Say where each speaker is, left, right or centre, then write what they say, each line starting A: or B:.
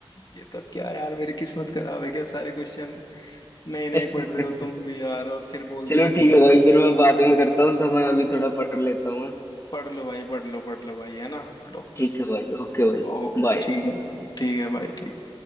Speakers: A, on the left; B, on the left.
A: ये तो क्या यार मेरी किस्मत खराब है क्या सारे क्वेश्चन नए
B: <laughs>
A: नए पढ़ रहे हो तुम भी यार और फिर बोलते
B: चलो
A: हो
B: ठीक
A: कि
B: है भाई फिर मैं बाद में करता हूँ तो मैं अभी थोड़ा पढ़ लेता हूँ हाँ?
A: पढ़ लो भाई पढ़ लो पढ़ लो भाई है ना पढ़ो
B: ठीक है भाई ओके भाई
A: ओ
B: बाय
A: ठीक है ठीक है भाई ठीक